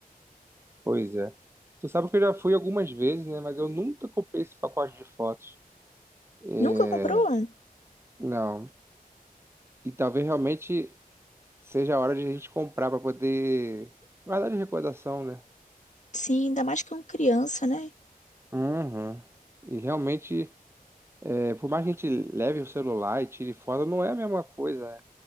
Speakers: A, on the right; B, on the left.
A: Pois é. Tu sabe que eu já fui algumas vezes, né? Mas eu nunca comprei esse pacote de fotos. É,
B: Nunca comprou?
A: não. E talvez realmente seja a hora de a gente comprar para poder guardar de recordação, né?
B: Sim, ainda mais que é uma criança, né?
A: Uhum. E realmente É, por mais que a gente leve o celular e tire foto, não é a mesma coisa, né?